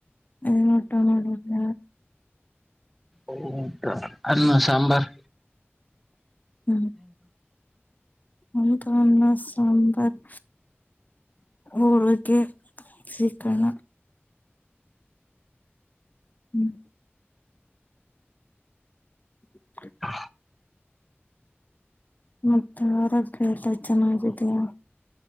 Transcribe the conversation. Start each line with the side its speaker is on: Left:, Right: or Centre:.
Left: ಏನ್ ಊಟ ಮಾಡಿದ್ರ.
Centre: ಊಟ ಅನ್ನು ಸಾಂಬಾರ್.
Left: ಹ್ಮ ಹೌದು ಅನ್ನ ಸಾಂಬಾರ್. ಒಳಗೆ ಚಿಕ್ಕಣ ಹ್ಮ್ <inaudible>
Centre: ಹ
Left: ಮತ್ತ ಆರೋಗ್ಯ ಎಲ್ಲಾ ಚೆನ್ನಾಗಿದಿಯಾ.